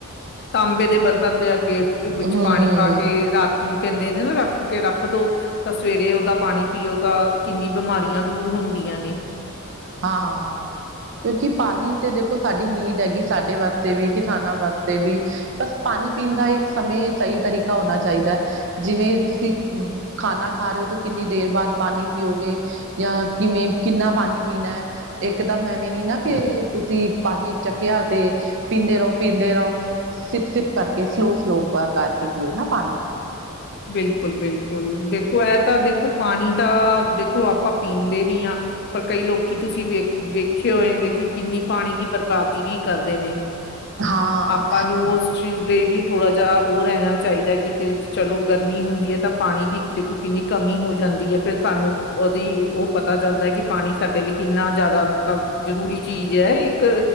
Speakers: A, on the left; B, on the right.
A: ਤਾਂਬੇ ਦੇ ਬਰਤਨ ਦੇ ਅੱਗੇ, ਉ ਵਿੱਚ
B: ਹਮ
A: ਪਾਨੀ ਪਾ ਕੇ ਰਾਤ ਨੂੰ ਕੈਂਦੇ ਨੇ ਨਾ ਰੱਖ ਕੇ ਰੱਖ ਦੋ ਤਾ ਸਵੇਰੇ ਓਦਾ ਪਾਨੀ ਪੀਓ ਤਾਂ ਕਿੰਨੀ ਬਿਮਾਰੀਆਂ ਦੂਰ ਹੁੰਦੀਆਂ ਨੇ।
B: ਹਾਂ, ਕਿਉਂਕਿ ਪਾਨੀ ਤੇ ਦੇਖੋ ਸਾਡੀ ਨੀਡ ਹੈਗੀ, ਸਾਡੇ ਵਾਸਤੇ ਵੀ ਕਿਸਾਨਾਂ ਵਾਸ ਤੇ ਵੀ ਬਸ ਪਾਨੀ ਪੀਨ ਦਾ ਇੱਕ ਸਮੇਂ ਸਈ ਤਰੀਕਾ ਹੋਨਾ ਚਾਈਦੈ। ਜਿਵੇਂ ਤੁਸੀ ਖਾਨਾ ਖਾ ਰੇ ਓ ਤਾਂ ਕਿੰਨੀ ਦੇਰ ਬਾਦ ਪਾਨੀ ਪੀਓਗੇ ਯਾਂ ਕਿਵੇਂ, ਕਿੰਨਾ ਪਾਨੀ ਪੀਨੈ। ਏੱਕਦਮ ਐਵੇਂ ਨੀ ਨਾ ਕੇ ਤੁਸੀ ਪਾਨੀ ਚੱਕਿਆ ਤੇ ਪੀਂਦੇ ਰਓ, ਪੀਂਦੇ ਰਓ। ਸਿਪ-ਸਿਪ, ਕਰਕੇ ਸਲੋ-ਸਲੋ ਕਾ ਕਰਕੇ ਪੀਓ ਨਾ ਪਾਨੀ।
A: ਬਿਲਕੁਲ-ਬਿਲਕੁਲ। ਦੇਖੋ ਐ ਤਾਂ ਦੇਖੋ ਪਾਨੀ ਤਾਂ ਦੇਖੋ ਆਪਾਂ ਪੀਂਦੇ ਵੀ ਆਂ ਪਰ ਕਈ ਲੋਕੀ ਤੁਸੀ ਵੇਖ, ਵੇਖੇ ਹੋਏਂਗੇ ਕਿ ਕਿੰਨੀ ਪਾਨੀ ਦੀ ਬਰਬਾਦੀ ਵੀ ਕਰਦੇ ਨੇ।
B: ਹਾਂ
A: ਆਪਾਂ ਨੂੰ ਉਸ ਚੀਜ਼ ਲਈ ਵੀ ਥੋੜਾ ਜੇਹਾ ਓ ਰੈਣਾ ਚਾਇਦਾ ਕਿ ਕਿਲਤ ਚ ਚਲੋ ਗਰਮੀ ਹੁੰਦੀ ਐ ਤਾਂ ਪਾਨੀ ਦੀ ਦੇਖੋ, ਕਿੰਨੀ ਕਮੀ ਹੋ ਜਾਂਦੀ ਐ ਫੇਰ ਸਾਨੂੰ ਓਦੀ ਓ ਪਤਾ ਚੱਲਦਾ, ਕਿ ਪਾਣੀ ਸਾਡੇ ਲਈ ਕਿੰਨਾ ਜ਼ਿਆਦਾ ਮਤਲਬ ਜਰੂਰੀ ਚੀਜ਼ ਐ ਇੱਕ